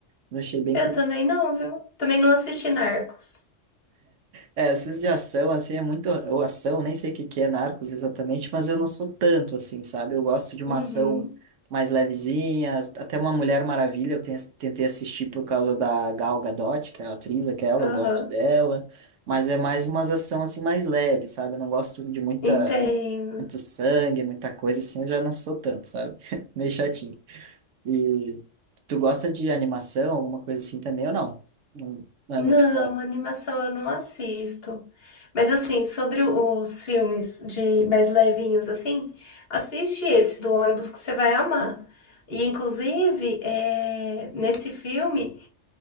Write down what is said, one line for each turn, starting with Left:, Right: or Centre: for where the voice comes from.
Right: Mas Achei bem
Left: eu
Right: curioso.
Left: também não, viu? Também não assisti Narcos.
Right: É, esses de ação, assim, é muito. Ou ação, nem sei o que que é Narcos exatamente, mas eu não sou tanto, assim, sabe? Eu gosto de uma
Left: Uhum.
Right: ação mais levezinha, até uma Mulher Maravilha eu ten- tentei assistir por causa da Gal Gadot, que é a atriz aquela,
Left: Aham.
Right: eu gosto dela, mas é mais umas ação, assim, mais leve, sabe? Eu não gosto de muita,
Left: Entendo.
Right: muito sangue, muita coisa, assim, eu já não sou tanto, sabe? <laughs> Meio chatinho. E tu gosta de animação, alguma coisa assim também, ou não? Não, não
Left: Não,
Right: é muito fã.
Left: animação eu não assisto. Mas assim, sobre o- os filmes de mais levinhos, assim, assiste esse do ônibus que você vai amar. E inclusive, é, nesse filme,